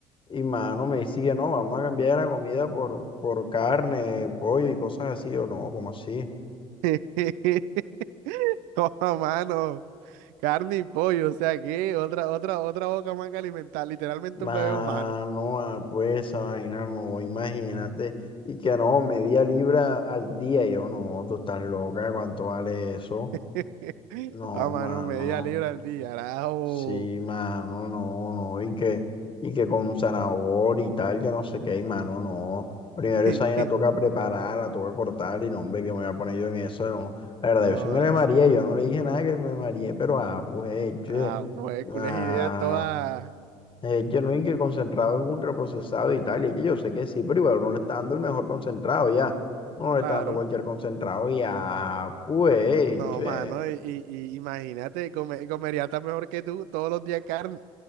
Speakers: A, on the left; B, on the right.
A: Y mano me dice que no, vamos a cambiar la comida por, por carne, pollo y cosas así, o no, como así.
B: <laughs> Toma, mano, carne y pollo, o sea que otra, otra, otra boca más que alimentar, literalmente
A: Mano,
B: un bebé humano.
A: ah, pues esa vaina, no, imagínate. Y que no, media libra al día, y yo no, tú estás loca, ¿cuánto vale eso?
B: <laughs>
A: No,
B: Ah, mano,
A: mano.
B: media libra al día, carajo.
A: Sí, mano, no, no, y que, y que con zanahoria y tal, que no sé qué, y mano, no. Primero
B: <laughs>
A: esa vaina toca prepararla, toca cortar, y no, hombre, que me voy a poner yo en eso, no. La verdad,
B: No,
A: yo sí me
B: así.
A: la mareé, yo no le dije nada que me mareé, pero ah, pues, che,
B: Ah, pues, cules
A: ah,
B: ideas todas,
A: eh, que no, y que el concentrado es ultraprocesado y tal, y es que yo sé que sí, pero igual uno le está dando el mejor concentrado ya, no
B: claro.
A: le está dando cualquier concentrado, y ya, pues,
B: No,
A: che.
B: mano, y, y- y imagínate, come- comería hasta mejor que tú todos los días carne.